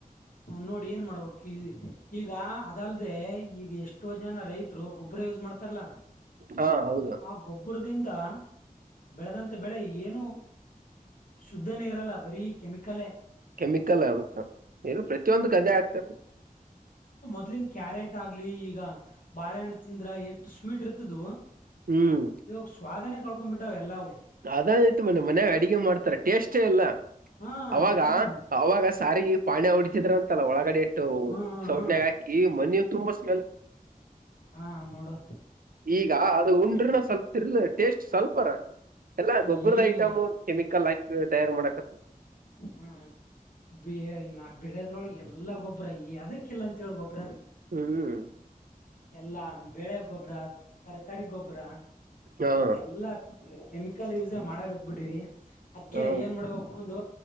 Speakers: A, on the left; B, on the right.
A: ನೋಡ ಏನ್ ಮಾಡ್ಬೇಕಿಗ ಈ ಈಗ ಅದಲ್ಲದೆ ಈಗ ಎಷ್ಟ ನ ರೈತರು ಗೊಬರ ಯೂಸ್ ಮಾಡ್ತಾ ರೆ ಲ್ಲ
B: ಹಾ ಹೌದು
A: ಆ ಗೊಬ್ಬರ ರಿಂದ ಬೆಳೆದಂತ ಬೆಳೆ ಏನು ಶುದ್ಧನೇ ಇರಲ್ಲ ಬರೀ ಕೆಮಿಕಲ್ೇ
B: ಕೆಮಿಕಲ್ ಅಂತ ಏನು ಪ್ರತಿಯೊಂದು ಕದೆ ಆಕ್ತಾರ
A: ಅದ್ಲನ್ ಕ್ಯಾರೆಟ್ ಆಗ್ಲಿ ಈಗ ಬಾಳೆಹಣ್ಣು ತಿಂದ್ರ ಎಷ್ಟು ಸ್ವೀಟ್ ಇರ್ತದವು
B: ಹ್ಮ್
A: ಇವಾಗ ಸ್ವಾದನೆೇ ಕಳ್ಕೊತಂಬಿ ಟ್ಟಾವ ಎಲ್ಲವು
B: ಅದಾಯತು ಮನೆೆ ಮನೆಗ ಅಡಗೆ ಮಾಡ್ತಾರೆ ಟೇಸ್ಟ್ ಇಲ್ಲ
A: ಹಾ
B: ಅವಾಗ
A: ಈಗ
B: ಅವಾಗ ಸಾರಿಗೆ ಪಾಣಿ ಹೊಡತಿದ್ರ ಅಂತಲ್ಲ ಒಳಗಡೆ ಎು
A: ಹ್ಮ
B: ಸೌಟ್ನಯಾಗ
A: ಹ್ಮ್
B: ಈ ಮನ ತುಂಬಾ ಸ
A: ಹಾ ನೋಡು
B: ಈಗ ಅದು ಉಂಡ್ರನ ಸ್ವಲ್ಪ ತಿರ್ಲ ಟೇಸ್ಟ್ ಸ್ವಲ್ಪರ ಎಲ್ಲಾ
A: ಹ್ಮ್
B: ಗೊಬ್ಬರದ
A: ಏನಿಲ್ಲ
B: ಐಟಮ್ ಕೆಮಿಕಲ್ ಹಾಿ ತಯಾರ ಮಾಡಕ
A: ಹ್ಮ್ ನಾ ಬೆಳೆದ್ರೊಳಗೆ ಎಲ್ಲ ಗೊಬ್ಬರ ಅದಕ್ ಹಾಕ್ಕಿಲ್ಲ ಅಂತ ಹೇಳ ಗೊಬ್ರ
B: ಹ್ಮ್
A: ಎಲ್ಲಾ ಬೆಳೆ ಗೊಬ್ಬರಾತ್ ತರಕಾರಿ ಗೊಬ್ಬರ
B: ಹಾ
A: ಗೂಬ್ರ ಎಲ್ಲಾ ಕೆಮಿಕಲ್ ಯೂಸ ಮಾಡಕತ್ ಬಿಟ್ಟವಿ ಅದ್ಕ
B: ಹಾ
A: ಏನ್ ಮಾಡ್ಬೇಕ ಒಂದು